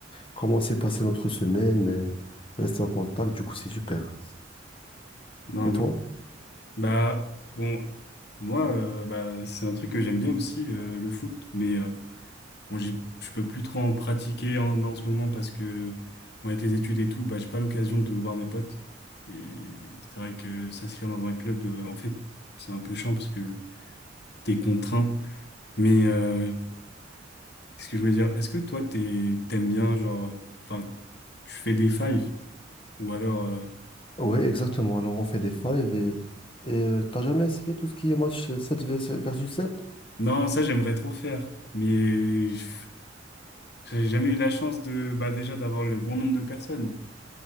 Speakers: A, on the left; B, on the left.
A: comment s'est passée notre semaine et rester en contact. Du coup, c'est super.
B: Non,
A: Et toi?
B: bah, bah, bon, moi, euh, bah, c'est un truc que j'aime bien aussi, euh, le foot. Mais euh, bon, j'ai- je peux plus trop en pratiquer en, en ce moment parce que, bon, avec les études et tout, bah, j'ai pas l'occasion de voir mes potes. Et c'est vrai que s'inscrire dans un club, euh, en fait, c'est un peu chiant parce que t'es contraint. Mais euh, Qu'est-ce que je voulais dire? Est-ce que toi, t'es, t'aimes bien, genre, euh, enfin, tu fais des fives ou alors, euh,
A: Oui, exactement. Alors, on fait des fives et et, euh, t'as jamais essayé tout ce qui est match 7 versus 7?
B: non, ça, j'aimerais trop faire, mais je- j'ai jamais eu la chance de, bah, déjà, d'avoir le bon nombre de personnes.